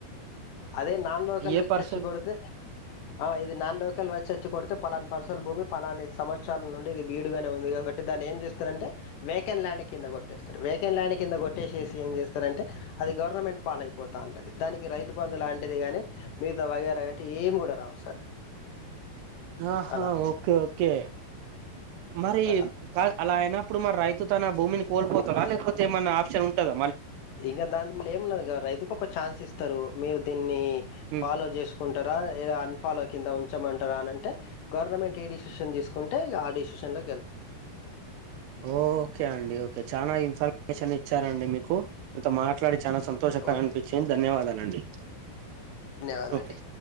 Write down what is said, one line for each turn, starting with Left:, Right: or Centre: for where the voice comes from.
Left: అదే నాన్ లోకల్
Right: ఏ
Left: వ్యక్తి
Right: పర్సన్
Left: వచ్చికడుతే ఆ ఇది నాన్ లోకల్ వచ్చచ్చిడుతే పలానా పర్ అసలు భూమి పలాని సంవత్సరాల నుండి ఇది బీడుగానే ఉంది కాబట్టి దాన్ని ఏం చేస్తారంటే వేకెన్ ల్యాండ్ కింద కొట్టేస్తారు వేకెన్ ల్యాండ్ కింద కొట్టేసేస్ ఏం చేస్తారంటే అది గవర్నమెంట్ పాలయిపోతుంది ఉంటది దానికి రైతు బంధు లాంటిది గానీ మీగత వాగేరా గాని అంటే ఏమి కూడా రావు సార్.
Right: ఆహా
Left: అలా
Right: ఓకే ఓకే మరి
Left: అలా.
Right: కాదు అలా అయినా ఇప్పుడు మరి రైతు తన భూమిని కోల్పోతాడ లేకపోతే ఏమైన ఆప్షన్ ఉంటద
Left: ఇంకా దాని మల్ల ఏము ఉన్నది గ రైతుకి ఒక ఛాన్స్ ఇస్తారు మీరు దీన్ని
Right: ఉమ్,
Left: ఫాలో చేసుకుంటారా లేదా అన్ఫాలో కింద ఉంచమంటారా అని అంటే గవర్నమెంట్ ఏ డిసిషన్ తీసుకుంటే ఆ డిసిషన్ లో
Right: ఓకే అండి చాలా ఇన్ఫర్మేషన్ ఇచ్చారండి మీకు మీతో మాట్లాడి చాలా సంతోషకరంగ
Left: ఓకే.
Right: అనిపించింది ధన్యవాదాలండి అండి
Left: ధన్యవాదాలండి.
Right: ఓకే